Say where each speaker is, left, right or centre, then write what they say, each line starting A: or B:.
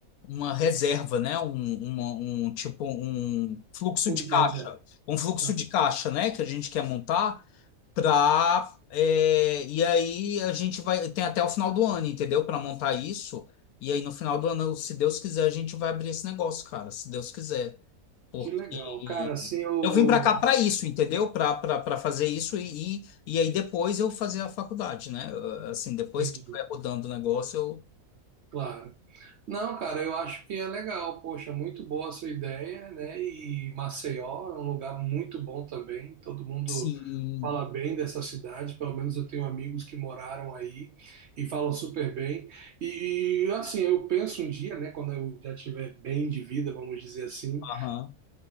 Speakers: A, on the left; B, on the right.
A: uma reserva, né? Um, uma- um tipo um fluxo
B: Bom
A: de caixa,
B: dia, Zé.
A: um fluxo
B: Ah.
A: de caixa, né? Que a gente quer montar para e aí a gente vai tem até o final do ano, entendeu? Para montar isso. E aí no final do ano, se Deus quiser, a gente vai abrir esse negócio, cara. Se Deus quiser. Porque
B: Que legal. Cara, assim eu.
A: eu vim para cá para isso, entendeu? Para fazer isso e, e, e aí depois eu fazer a faculdade, né? Eh, Assim, depois
B: Entendi.
A: que estiver rodando o negócio, eu.
B: Claro. Não, cara, eu acho que é legal. Poxa, muito boa a sua ideia, né? E Maceió é um lugar muito bom também. Todo mundo
A: Sim,
B: fala bem dessa cidade. Pelo menos eu tenho amigos que moraram aí e falam super bem. E, e, assim, eu penso um dia, né? Quando eu já tiver bem de vida, vamos dizer assim,
A: aham.